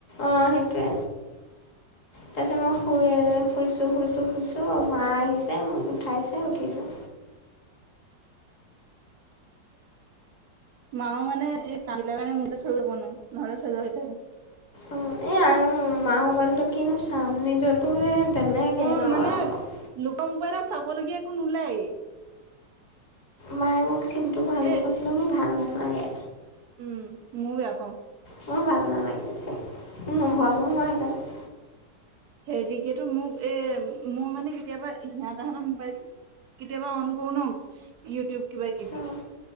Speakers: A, on the left; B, on the right.
A: অঁ, সেইটোৱে।
B: <inaudible>
A: তাৰপিছত মই শুই, শুইছোঁ, শুইছোঁ, শুইছোঁ, মা আহিছে মোক উঠাইছে, উঠিছোঁ।
B: মাও মানে এই কামবিলাকৰ কাৰণে মোবাইল থৈও যাব নোৱাৰে, নহ'লে থৈ। <unintelligible>
A: এই আৰু মাৰ মোবাইলটো কিনো চাম, নিজতো বেলেগেই
B: অ',
A: ন
B: মানে
A: অলপ।
B: লোকৰ মোবাইলত চাবলগীয়া একো নোলায়ে।
A: মায়ে মোক চিমতটো ভৰাই দিব
B: এ
A: কৈছিলে, মোৰ ভাল নালাগে।
B: উম, মইও বেয়া পাওঁ।
A: মোৰো ভাল নালাগিলে, চেম, নভৰালো মই সেইকাৰণে।
B: হেৰিকেতো মোক এই, মোৰ মানে কেতিয়াবা <unintelligible> মোবাইলটো কেতিয়াবা অন কৰো ন ইউটিউব কিবা- কিবি,
A: অঁ